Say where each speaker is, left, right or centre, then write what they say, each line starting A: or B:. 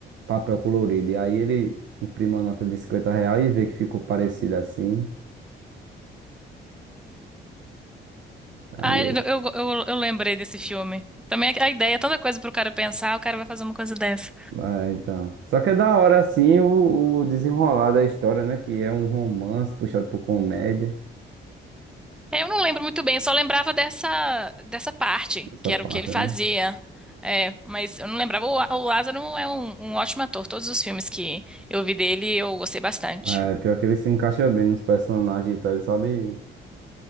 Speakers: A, on the right (about 70°); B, in the centre.
A: papel colorido. E aí ele imprime uma nota de 50 reais e vê que ficou parecido assim. Aí,
B: Ah, eu,
A: é,
B: eu, eu, eu lembrei desse filme. Também a ideia, é tanta coisa pro cara pensar, o cara vai fazer uma coisa dessa.
A: é, então. Só que é da hora assim o, o desenrolar da história, né? Que é um romance puxado por comédia.
B: É, Eu não lembro muito bem, eu só lembrava dessa, dessa parte,
A: Essa
B: que
A: parte,
B: era o que ele fazia.
A: né?
B: É, mas eu não lembrava. O, o Lázaro é um, um ótimo ator. Todos os filmes que eu vi dele, eu gostei bastante.
A: É, pior que ele se encaixa bem nos personagens e tal. Ele sabe,